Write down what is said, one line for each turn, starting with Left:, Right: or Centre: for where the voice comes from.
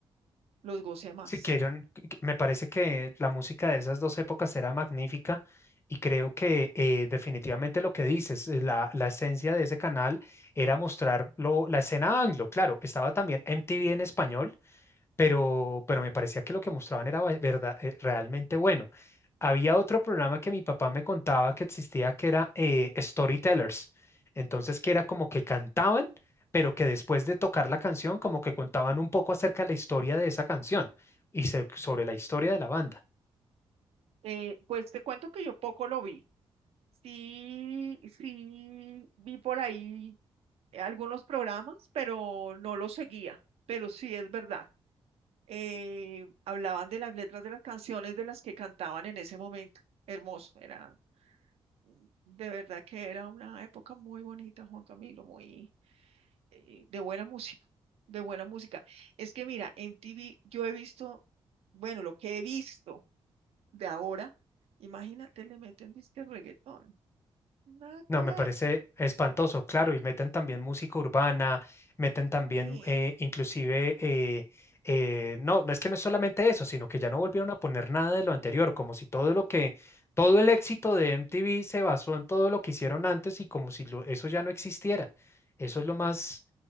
Right: los gocé más.
Left: Si quieren, que- me parece que la música de esas dos épocas era magnífica y creo que eh, definitivamente lo que dices, eh, la, la esencia de ese canal era mostrar lo- la escena anglo. Claro, estaba también MTV en español pero, pero me parecía que lo que mostraban era va- verdad, eh, realmente bueno. Había otro programa que mi papá me contaba que existía que era eh, Storytellers. Entonces, que era como que cantaban, pero que después de tocar la canción, como que contaban un poco acerca de la historia de esa canción y se- sobre la historia de la banda.
Right: Eh, pues te cuento que yo poco lo vi. Sí, sí, vi por ahí algunos programas, pero no los seguía, pero sí es verdad. Eh, hablaban de las letras de las canciones de las que cantaban en ese momento. Hermoso, era de verdad que era una época muy bonita, Juan Camilo, muy eh, de buena música, de buena música. Es que mira, en TV yo he visto, bueno, lo que he visto de ahora, imagínate, le meten disque reggaetón, nada que
Left: No,
Right: ver.
Left: me parece espantoso, claro, y meten también música urbana, meten también
Right: Sí.
Left: eh, inclusive, eh, eh, no, no es que no es solamente eso, sino que ya no volvieron a poner nada de lo anterior, como si todo lo que, todo el éxito de MTV se basó en todo lo que hicieron antes y como si lo- eso ya no existiera. Eso es lo más,